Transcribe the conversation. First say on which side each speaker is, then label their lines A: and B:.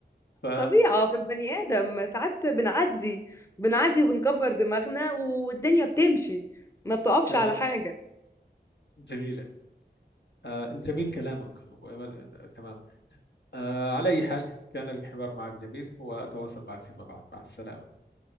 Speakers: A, on the left; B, on the left.
A: ف
B: طبيعة في البني آدم ساعات بنعدي بنعدي وبنكبر دماغنا والدنيا بتمشي ما بتقفش
A: تمام
B: على حاجة
A: جميله آه، جميل كلامك آه، تمام آه، على أي حال كان الحوار معك جميل وأتواصل معك فيما بعد مع السلامة